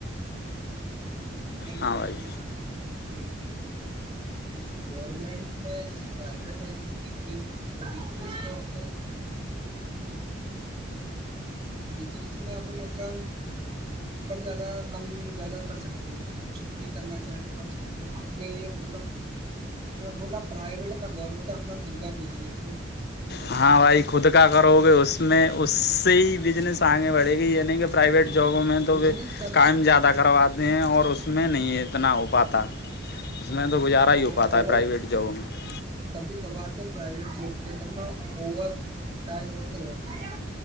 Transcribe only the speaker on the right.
جی اس کے اندر
کچھ
بھی کرتا نا یار اوپر لیجے اب جیسے گورمنٹ میں جیسےیٹ ہے جیس اپنےاب سےکس میں اپ مطلب اپر زیادہ کم زیادہ کر سکتے ہیں چ کرنا چاہے تو کر سکتے ہیں اپنے یہ مطلب وہ نہ پرائیویٹ ہے نہ گورنمنٹ ہے اپنا اود کاا بود گ سر
وہ تو
بجنس
کا
اور
او
اور
کبھی کبھار تو پرائیویٹ جاب کے اندر نہا اوور ٹائم اور کرواتی ہے